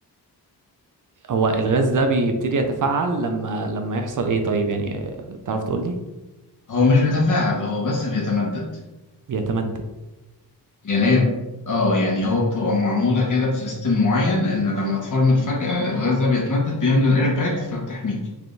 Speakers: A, on the right (about 50°); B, on the left (about 50°).
A: هو الغاز ده بيبتدي يتفاعل لما لما يحصل ايه طيب يعني آه، تعرف تقول لي
B: هو مش بيتفاعل هو بس بيتمدد
A: بيتمدد
B: يعني هي اه يعني
A: امم
B: هو بتبقى معمولة كده بسيستم معين ان لما تفرمل فجأة الغاز ده بيتمدد بيملى الايرباك فبتحميك